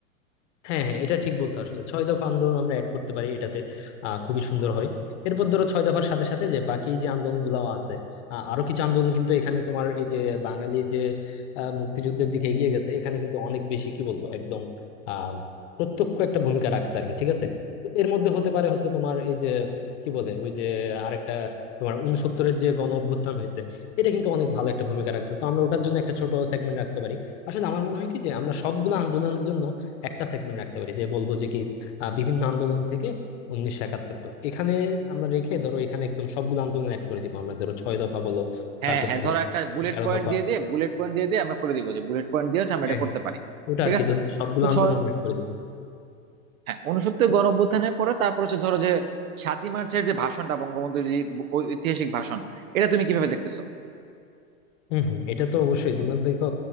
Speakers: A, on the left; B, on the right.
A: হ্যাঁ হ্যাঁ এটা ঠিক বলছো আসলে ছয় দফা আন্দোলন আমরা অ্যাড করতে পারি এটাতে আহ খুবই সুন্দর হয় এরপর ধরো ছয় দফার সাথে সাথে যে বাকি যে আন্দোলন গুলাও আছে আহ, আরো কিছু আন্দোলন কিন্তু এখানে তোমার এই যে বাঙালি যে আহ, মুক্তিযুদ্ধের দিকে এগিয়ে গেছে এখানে কিন্তু অনেক বেশি কি বলবো একদম আহ প্রত্যক্ষ একটা ভূমিকা রাখছে আর কি ঠিক আছে তো এর মধ্যে হতে পারে হচ্ছে তোমার এই যে কি বলে ওই যে আরেকটা তোমার উনসত্তরের যে গণ অভ্যুত্থান হয়েছে এটা কিন্তু অনেক ভালো একটা ভূমিকা রাখছে তো আমরা ওটার জন্য একটা ছোট সেগমেন্ট রাখতে পারি আসলে আমার মনে হয় কি যে আমরা সবগুলো আন্দোলনের জন্য একটা সেগমেন্ট রাখতে পারি যে বলবো যে কি আহ, বিভিন্ন আন্দোলন থেকে উনিশশো একাত্তর তো এখানে আমরা রেখে ধরো এখানে একদম সবগুলো আন্দোলন অ্যাড করে দিব আমরা ধরো ছয় দফা বলো
B: হ্যাঁ
A: তারপর
B: হ্যাঁ
A: ধরো
B: ধরো একটা বুলেট
A: এগারো
B: পয়েন্ট
A: দফা
B: দিয়ে দিয়ে বুলেট পয়েন্ট দিয়ে দিয়ে আমরা করে দিব যে বুলেট পয়েন্ট দিয়ে হচ্ছে আমরা
A: হ্যাঁ
B: এটা
A: হ্যাঁ।
B: করতে পারি
A: ওটা
B: ঠিক
A: আর কি
B: আছে
A: ধরো সবগুলো
B: তো
A: আন্দোলন
B: ছয়
A: অ্যাড করে দিব
B: হ্যাঁ ঊনসত্তর গণঅভ্যুত্থানের পরে তারপর হচ্ছে ধরো যে সাতই মার্চের যে ভাষণটা বঙ্গবন্ধুর যে ঐতিহাসিক ভাষণ এটা তুমি কিভাবে দেখতেছো
A: হম হম এটা তো অবশ্যই তুমি দেখো